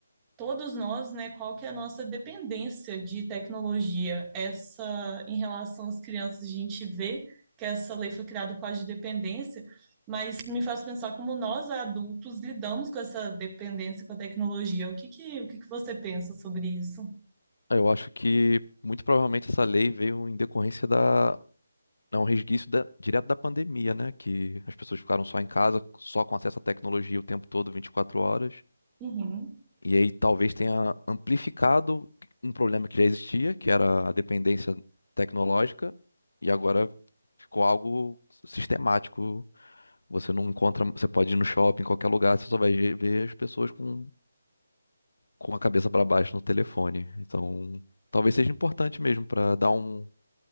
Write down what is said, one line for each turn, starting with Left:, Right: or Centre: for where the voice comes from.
Right: todos nós, né, qual que é a nossa dependência de tecnologia. Essa, em relação às crianças, a gente vê que essa lei foi criada por causa de dependência, mas me faz pensar como nós, adultos, lidamos com essa dependência com a tecnologia. O que que, o que que você pensa sobre isso?
Left: Ah, Eu acho que muito provavelmente essa lei veio em decorrência da. É um resquício da- direto da pandemia, né? Que as pessoas ficaram só em casa, só com acesso à tecnologia o tempo todo, 24 horas.
Right: Uhum.
Left: E aí talvez tenha amplificado um problema que já existia, que era a dependência tecnológica, e agora ficou algo sistemático. Você não encontra, você pode ir no shopping, em qualquer lugar, você só vai ver as pessoas com com a cabeça para baixo no telefone. Então, talvez seja importante mesmo para dar um,